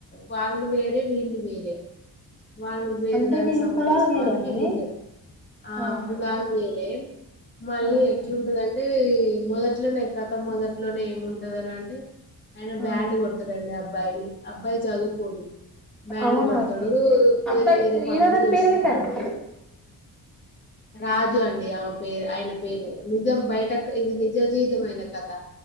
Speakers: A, on the left; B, in the centre.
A: వాళ్ళు వేరే వీళ్లు వేరే వాళ్ళు వేరే
B: అంటే
A: దానికి
B: వీళ్ళు
A: సంబంధించిన
B: కులాలు వేరేనండి
A: వాళ్ళు వీళ్ళు వేరే ఆ
B: అవునా
A: కులాలు వేరే మళ్ళీ
B: అవునా
A: ఎట్లుంటదంటే మొదట్లోనే కథ మొదట్లోనే ఏముంటదని అంటే ఆయన బ్యాండ్
B: ఆ
A: కొడతాడండి అబ్బాయి అబ్బాయి చదువుకోడు బ్యాండ్
B: అవునండి
A: కొడతాడు వేరే
B: అబ్బాయి
A: వేరే
B: హీరో
A: పనులు
B: గాని
A: చేసుకుంటాడు
B: పేరేంటండి
A: రాజు అండి అ పేరు ఆయన పేరు నిజం బయటక్ ఇది నిజ జీవితమైన కథ